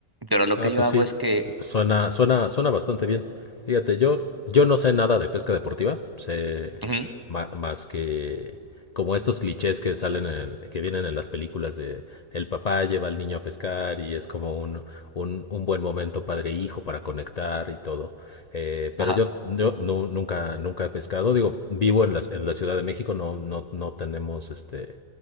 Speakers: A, on the right; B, on the left.
A: Pero lo
B: Ah,
A: que yo
B: pues
A: hago
B: sí,
A: es que...
B: suena, suena, suena bastante bien. Fíjate, yo, yo no sé nada de pesca deportiva, sé
A: Ujú,
B: ma- más que como estos clichés que salen en- que vienen en las películas de el papá lleva al niño a pescar y es como un, un, un buen momento padre e hijo para conectar y todo. Eh, pero
A: Ajá.
B: yo, yo nu- nunca, nunca he pescado. Digo, vivo en la, en la Ciudad de México, no, no, no tenemos este